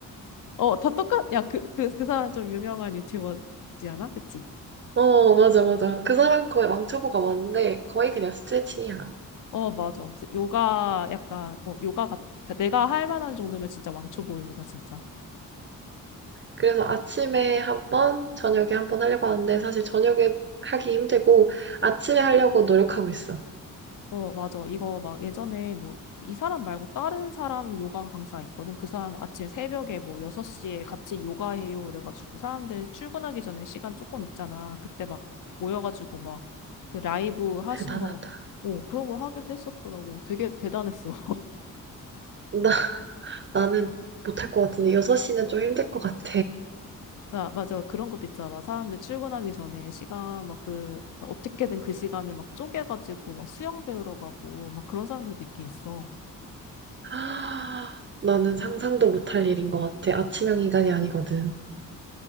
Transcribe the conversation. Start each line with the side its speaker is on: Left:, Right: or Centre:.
Left: 어, 다 똑같, 야, 그, 그, 그 사람 좀 유명한 유튜버지 않아? 그치?
Right: 어, 맞아, 맞아. 그 사람 거의 왕초보가 많은데, 거의 그냥 스트레칭이야.
Left: 어, 맞아. 그래서 요가 약간, 어, 요가 같, 그러니까 내가 할 만한 정도면 진짜 왕초보용이다, 진짜.
Right: 그래서 아침에 한 번, 저녁에 한번 하려고 하는데 사실 저녁에 하기 힘들고 아침에 하려고 노력하고 있어.
Left: 어, 맞아. 이거 막 예전에 뭐, 이 사람 말고 다른 사람 요가 강사 있거든. 그 사람 아침 새벽에 뭐 6시에 같이 요가해요. 그래가지고 사람들 출근하기 전에 시간 조금 있잖아. 그때 막 모여가지고 막 그 라이브 하신
Right: 대단하다.
Left: 거, 어, 그런 거 하기도 했었더라고. 되게 대단했어. <laughs>
Right: 나, 나는 못 할 것 같은데 6시는 좀 힘들 것 같아.
Left: 아, 맞아. 그런 것도 있잖아. 막 사람들 출근하기 전에 시간 막 그, 어떻게든 그 시간을 막 쪼개가지고 막 수영 배우러 가고 막 그런 사람들도 있긴 있어.
Right: 아, 나는 상상도 못 할 일인 것 같아. 아침형 인간이 아니거든.